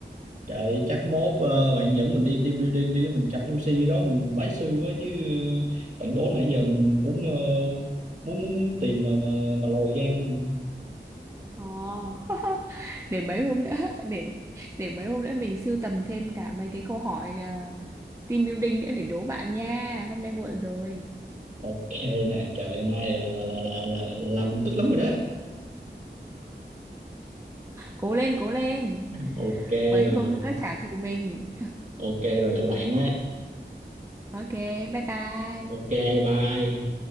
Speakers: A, on the right (about 40°); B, on the right (about 15°).
A: Trời, chắc mốt ờ, bạn dẫn mình đi team building đi, mình gặp MC đó, mình bái sư quá chứ. Bạn đố nãy giờ mình mình cũng ờ, muốn muốn tìm mà mà mà lòi gan luôn. nè.
B: ờ <laughs> để mấy hôm nữa để để mấy hôm nữa mình sưu tầm thêm cả mấy cái câu hỏi ờ, team building nữa để đố bạn nha hôm nay muộn rồi
A: Ok nè, trời hôm nay là là là là là, là mình tức lắm rồi đó.
B: cố lên cố lên
A: Ok
B: mấy
A: rồi,
B: hôm nữa trả thù mình
A: ok rồi đợi bạn á.
B: ok bye bye
A: Ok, bye.